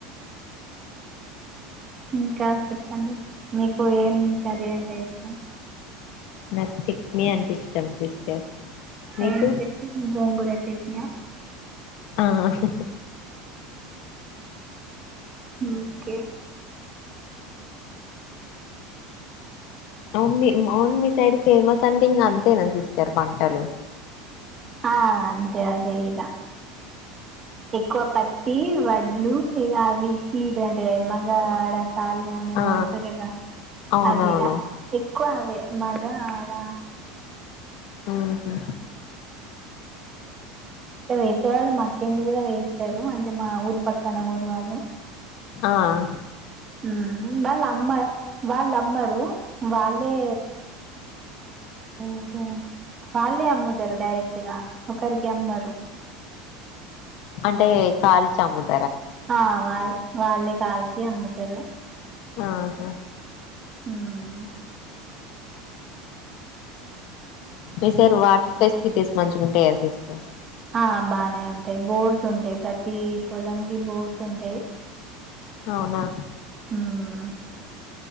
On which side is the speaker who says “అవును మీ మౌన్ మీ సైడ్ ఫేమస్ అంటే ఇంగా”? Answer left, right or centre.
Left